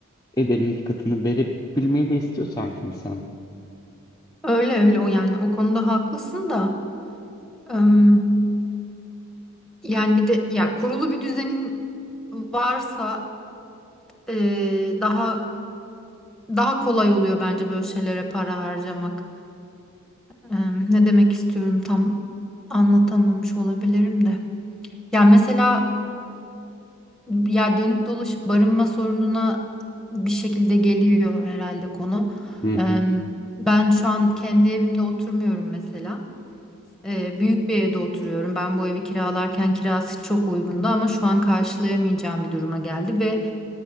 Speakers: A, on the left; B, in the centre.
A: ederin iki katını verebilmeyi de istiyor sanki insan.
B: Öyle öyle o yani o konuda haklısın da ım, yani bir de ya kurulu bir düzenin varsa e, daha daha kolay oluyor bence böyle şeylere para harcamak. Im, ne demek istiyorum tam anlatamamış olabilirim de. Ya mesela ya dönüp dolaşıp barınma sorununa bir şekilde geliyor herhalde konu.
A: Hı hı.
B: Im, ben şu an kendi evimde oturmuyorum mesela. Ee, büyük bir evde oturuyorum. Ben bu evi kiralarken kirası çok uygundu ama şu an karşılayamayacağım bir duruma geldi ve